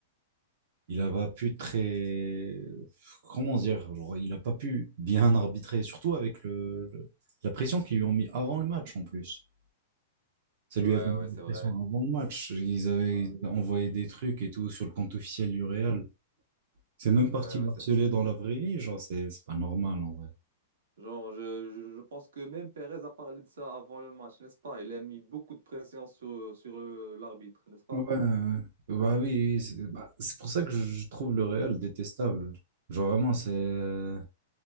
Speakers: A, on the right; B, on the right.
A: il a pas pu très, comment dire, genre, il a pas pu bien arbitrer, surtout avec le, le- la pression qu'ils lui ont mis avant le match, en plus. Ça
B: Ouais,
A: lui avait mis
B: ouais, c'est
A: la
B: vrai.
A: pression avant le match. Ils avaient,
B: Ah,
A: ils avaient envoyé des trucs et tout sur le compte officiel du Real. C'est même
B: Ouais,
A: parti le
B: ouais,
A: harceler
B: c'est...
A: dans la vraie vie, genre, c'est, c'est pas normal, en vrai.
B: Genre, je, je je pense que même Perez a parlé de ça avant le match, n'est-ce pas? Il a mis beaucoup de pression sur, sur euh, l'arbitre, n'est-ce pas?
A: Ouais, ouais. ouais. bah oui, oui, oui, c'est bah, c'est pour ça que je je trouve le Real détestable. Genre vraiment, c'est... euh,